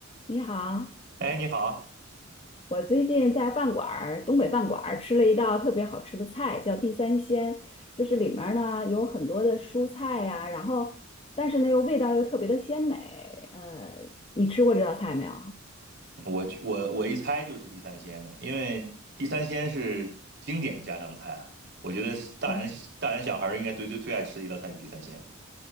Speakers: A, on the left; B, on the right.
A: 你好，
B: 哎，你好，
A: 我最近在饭馆儿，东北饭馆儿吃了一道特别好吃的菜，叫地三鲜，就是里面儿呢有很多的蔬菜呀、然后但是呢又味道又特别的鲜美。呃，你吃过这道菜没有？
B: 我就我我一猜就是地三鲜，因为地三鲜是经典家常菜啊我觉得是大人大人小孩儿应该最最最爱吃的一道菜是地三鲜。
A: 嗯，